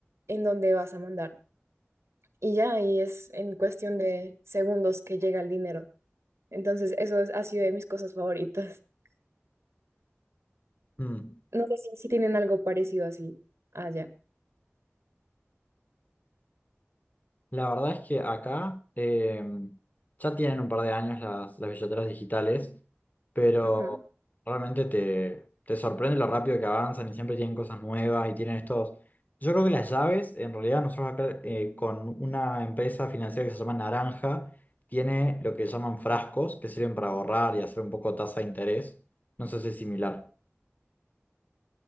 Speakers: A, on the right; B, on the left.
A: en donde vas a mandar. Y ya ahí es en cuestión de segundos que llega el dinero. Entonces, eso es- ha sido de mis cosas favoritas. <laughs>
B: Mm.
A: No sé si, si tienen algo parecido así allá.
B: La verdad es que acá eh, ya tienen un par de años las, las billeteras digitales, pero
A: Ajá.
B: realmente te, te sorprende lo rápido que avanzan y siempre tienen cosas nuevas y tienen estos... Yo creo que las llaves, en realidad nosotros acá eh, con una empresa financiera que se llama Naranja, tiene lo que llaman frascos, que sirven para ahorrar y hacer un poco tasa de interés. No sé si es similar.